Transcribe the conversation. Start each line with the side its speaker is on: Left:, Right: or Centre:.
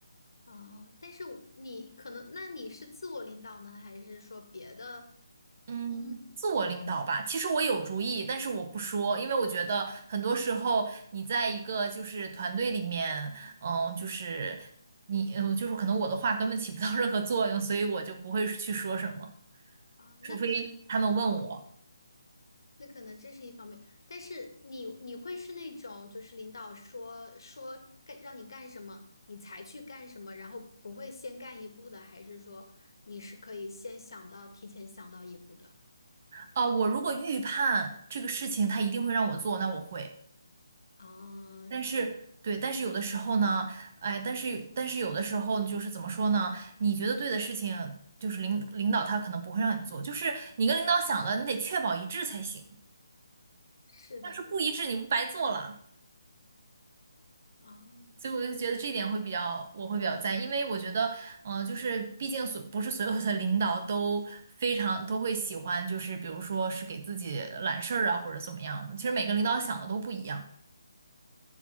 Left: 啊，但是你可能，那你是自我领导呢，还是说别的？
Right: 嗯，
Left: 嗯
Right: 自我领导吧。其实我有主意，但是我不说，因为我觉得很多时候你在一个就是团队里面，嗯，就是你，嗯，就是可能我的话根本起不到任何作用，所以我就不会去说什么，
Left: 啊，
Right: 除非他们问我。
Left: 那可能。方。那可能这是一方面，但是你你会是那种就是领导说说干让你干什么，你才去干什么，然后不会先干一步的，还是说你是可以先想到提前想到一步的？
Right: 啊。我如果预判这个事情他一定会让我做，那我会。
Left: 啊，
Right: 但是对，
Left: 对，
Right: 但是有的时候呢，哎，但是但是有的时候就是怎么说呢？你觉得对的事情，就是领领导他可能不会让你做，就是你跟领导想了，你得确保一致才行。
Left: 是的，
Right: 要是不一致，你不白做了。
Left: 啊，
Right: 所以我就觉得这点会比较，我会比较在意，因为我觉得，嗯、就是毕竟所不是所有的领导都非常都会喜欢，就是比如说是给自己揽事儿啊，或者怎么样的。其实每个领导想的都不一样。